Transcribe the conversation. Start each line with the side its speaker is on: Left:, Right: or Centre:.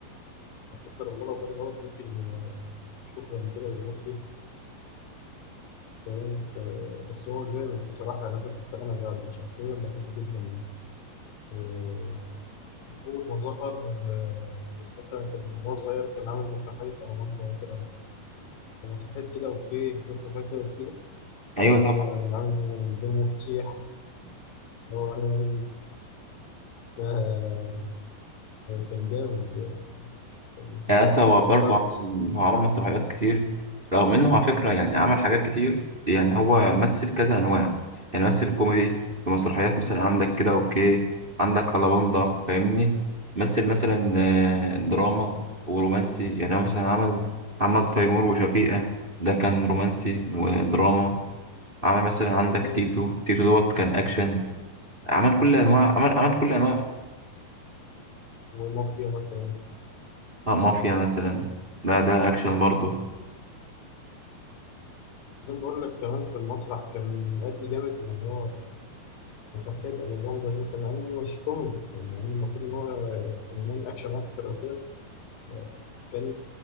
Left: لا قدر الله لو جت غلط ممكن ي- شكرا كده يموت فيها فاهم ف- بس هو جامد بصراحة يعني أنا بس أنا ب- شخصيا بحبه جدا آه، من أول ما ظهر آه، مثلا كان وهو صغير كان عامل مسرحية أرمندا مثلا كان مسرحية كده أوكي شوف مسرحية كده أوكي
Right: ايوه
Left: لكن
Right: طبعا
Left: عامل دور مفتيح اللي هو أنا رمزي آه، كان جامد آه، كان
Right: يعني يا اسطى هو برضه
Left: مسخرة
Right: عمل هو عمل مسرحيات كتير رغم انه على فكرة يعني عمل حاجات كتير يعني هو مثل كذا انواع يعني مثل كوميدي في مسرحيات مثلا عندك كده اوكي عندك ألاباندا فاهمني مثل مثلا آه، دراما ورومانسي يعني هو مثلا عمل عمل تيمور وشفيقة ده كان رومانسي ودراما عمل مثلا عندك
Left: أيوة
Right: تيتو تيتو دوت كان اكشن عمل كل انواع عمل عمل كل انواع
Left: ومافيا مثلا
Right: آه، مافيا مثلا لا ده اكشن برضه
Left: زي ما بقول لك كمان في المسرح كان مأدي جامد يعني هو مسرحية أبو بلطة دي مثلا مع إنه مش كوميدي يعني يعني المفروض إن هو فنان أكشن أكتر أو كده بس كان